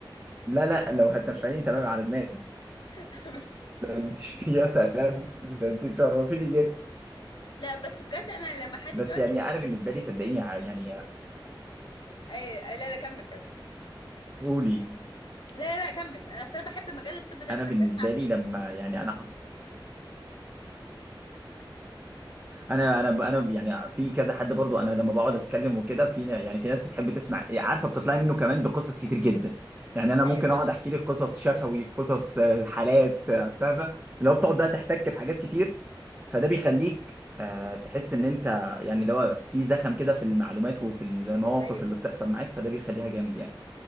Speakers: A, on the right; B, on the left.
A: لا لا لو هتنفعيني تمام على دماغي
B: <laughs> بس
A: <laughs> يا سلام ده انت تشرفيني جدا
B: لا بس بجد انا لما حد
A: بس
B: بيقعد
A: يعني
B: يحكي
A: انا بالنسبة
B: لي
A: لي صدقيني ع- يعني
B: أي... لا لا كمل كمل
A: قولي
B: لا لا لا، كمل انا اصلا بحب مجال الطب ده
A: انا
B: بحب
A: بالنسبة
B: اسمع
A: لي
B: فيه
A: لما يعني انا انا انا ب- انا يعني في كذا حد برضو انا لما بقعد اتكلم وكده في نا- يعني في ناس بتحب تسمع إيه، عارفه بتطلع منه كمان بقصص كتير جدا يعني انا ممكن
B: ايوه صح
A: اقعد احكي لك قصص شفوي قصص آه، حالات آه، فاهمه لو بتقعد بقى تحتك بحاجات كتير فده بيخليك آه، تحس ان انت يعني اللي هو في زخم كده في المعلومات وفي المواقف
B: ايوه
A: اللي بتحصل معاك فده بيخليها جامد يعني